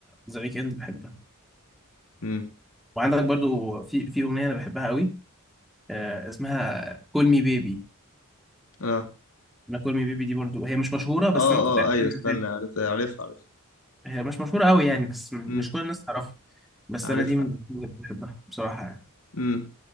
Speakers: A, in the centre; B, on the left.
A: ذا ويك اند بحبها
B: امم
A: وعندك برضو في في اغنيه انا بحبها قوي آه اسمها كول مي بيبي
B: اه
A: انا كول مي بيبي دي برضو هي مش مشهوره بس
B: اه
A: انا كنت عارفها
B: اه ايوه
A: من
B: استنى
A: الفيلم.
B: عارف عارفها عارفها
A: هي مش مشهوره قوي يعني بس م-
B: امم
A: مش كل الناس تعرفها بس
B: عارفها
A: انا دي من الأغاني اللي بحبها بصراحه يعني.
B: امم